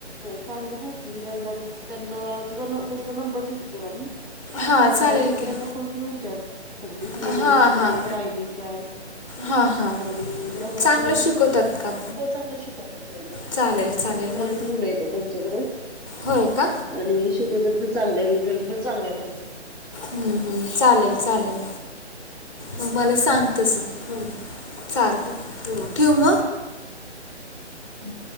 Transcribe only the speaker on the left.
हां चालेल
की.
हां
हां
हां हां
चांगलं
शिकवतात का
चालेल चालेल
मग
होय का
हम् हम् चालेल चालेल म मला सांग तस हो. चालत ठ्यू म?